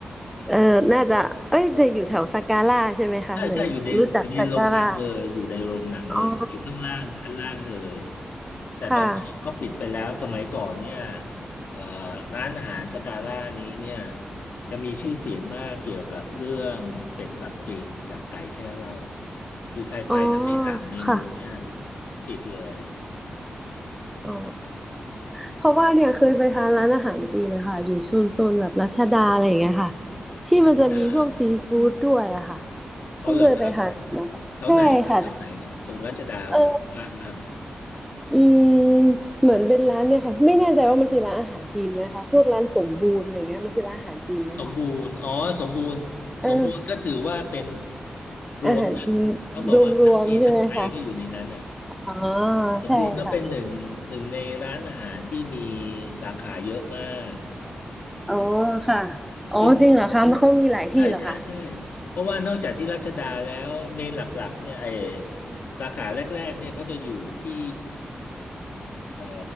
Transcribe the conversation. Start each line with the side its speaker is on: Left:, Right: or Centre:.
Centre: เออน่าจะเอ้ยจะอยู่แถวสัการ่าใช่ไหมคะเหมือนรู้จักสักการ่า
Left: ใช่ใช่อยู่ในอยู่ในโรงหนังเลยอยู่ในโรงหนังเลยอยู่ข้างล่างชั้นล่างเลย
Centre: อ๋อ
Left: แต่ตอนนี้เขาปิดไปแล้วสมัยก่อนเนี่ย
Centre: ค่ะ
Left: เอ่อร้านอาหารสกาล่านี้เนี่ยจะมีชื่อเสียงมากเกี่ยวกับเรื่องเป็ดปักกิ่งกับไก่แช่เหล้าคือใครไปถ้าไม่สั่งเมนูเนี่ย
Centre: อ๋อค่ะ
Left: ติดเลย
Centre: อ๋อเพราะว่าเนี่ยเคยไปทานร้านอาหารจีนนะคะอยู่ชุมชนแบบรัชดาอะไรอย่างเงี้ยค่ะที่มันจะมีพวกซีฟู้ดด้วยอะค่ะ
Left: รัชดาอ๋อเหรอครับ
Centre: เพิ่งเคยไปทานนะคะใช่ค่ะ
Left: แถวไหนครับแถวไหนครับตรงรัชดา
Centre: เออ
Left: ว่างมากเลย
Centre: อืมเหมือนเป็นร้านเนี่ยค่ะไม่แน่ใจว่ามันคือร้านอาหารจีนไหมคะพวกร้านสมบูรณ์อะไรเงี้ยมันคือร้านอาหารจีนไหมคะ
Left: สมบูรณ์อ๋อสมบูรณ์สมบูรณ์ก็ถือว่าเป็น
Centre: อ่า
Left: รวมนะ
Centre: อาหารจีนรวมๆใช่ไหมคะ
Left: ต้องบอกว่าทั้งจีนทั้งไทยก็อยู่ในนั้นอ่ะ
Centre: อ๋อ
Left: สมบูรณ์ก็เป็นหนึ่งหนึ่งในร้านอาหารที่มี
Centre: ใช่ค่ะ
Left: สาขาเยอะมาก
Centre: อ๋อค่ะอ๋อจริงเหรอคะมันเขามีหลายที่เหรอคะ
Left: ซึ่งใช่ใช่ใช่เพราะว่านอกจากที่รัชดาแล้วเมนหลักๆเนี่ยไอสาขาแรกๆเนี่ยเขาจะอยู่ที่เอ่อ